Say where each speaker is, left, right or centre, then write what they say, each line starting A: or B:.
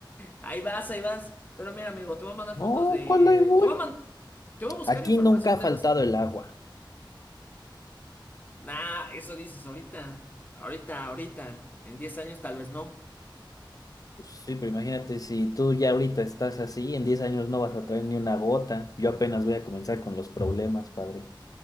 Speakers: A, on the left; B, on the left.
A: ahí vas, ahí vas. Pero mira, amigo, te voy a mandar
B: No,
A: fotos de...
B: ¿cuál ahí voy?
A: Te voy a man- te voy a buscar
B: Aquí
A: información
B: nunca ha
A: de
B: faltado
A: los...
B: el agua.
A: Nah, eso dices ahorita, ahorita, ahorita, en 10 años tal vez no.
B: Pues sí, pero imagínate si tú ya ahorita estás así, en 10 años no vas a traer ni una gota. Yo apenas voy a comenzar con los problemas, padre.